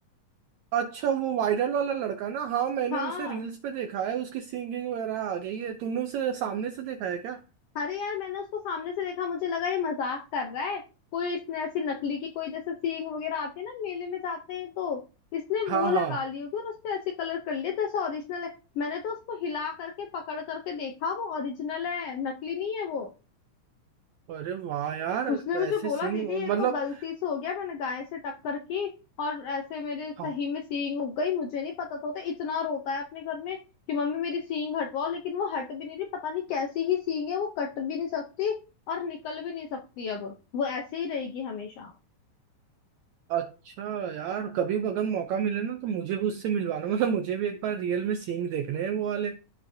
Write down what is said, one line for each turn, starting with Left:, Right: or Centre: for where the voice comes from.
Right: अच्छा वो वायरल वाला लड़का ना हाँ मैंने
Left: हाँ
Right: उसे रील्स पे देखा है उसकी सिंगिंग वगैरह आ गई है तुमने उसे सामने से देखा है क्या
Left: अरे यार मैंने उसको सामने से देखा मुझे लगा ये मजाक कर रहा है कोई इसने ऐसी नकली की कोई जैसे सींग वगैरह आते हैं ना मेले में जाते हैं तो इसने
Right: हाँ
Left: वो लगा
Right: हाँ
Left: ली होगी और उसने ऐसे कलर कर लिया जैसे ओरिजिनल है मैंने तो उसको हिला करके पकड़ करके देखा वो ओरिजिनल है नकली नहीं है वो
Right: अरे वाह यार
Left: उसने मुझे
Right: ऐसे
Left: बोला
Right: सिंग
Left: दीदी ये
Right: मतलब
Left: तो गलती से हो गया मैंने गाय से टक्कर की और ऐसे मेरे सही
Right: हाँ
Left: में सींग उग गई मुझे नहीं पता था होता इतना रोता है अपने घर में कि मम्मी मेरी सींग हटवाओ लेकिन वो हट भी नहीं रही पता नहीं कैसी ही सींग है वो कट भी नहीं सकती और निकल भी नहीं सकती अब वो ऐसे ही रहेगी हमेशा
Right: अच्छा यार कभी भी अगर मौका मिले ना तो मुझे भी उससे मिलवाना मतलब मुझे भी एक बार रियल में सिंग देखने हैं वो वाले